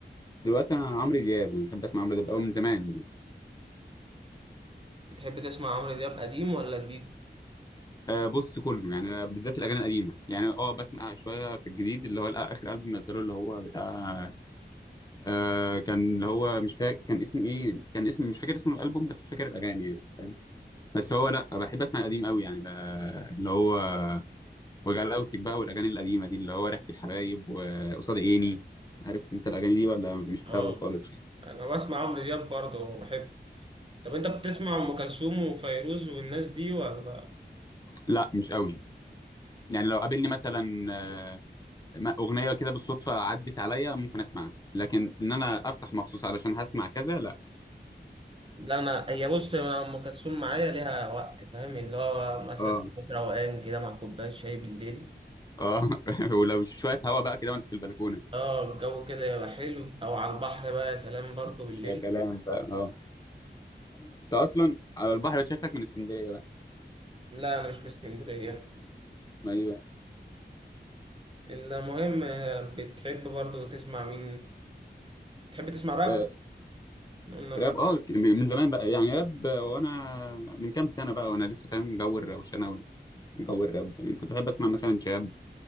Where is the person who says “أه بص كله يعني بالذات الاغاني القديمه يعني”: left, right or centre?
Left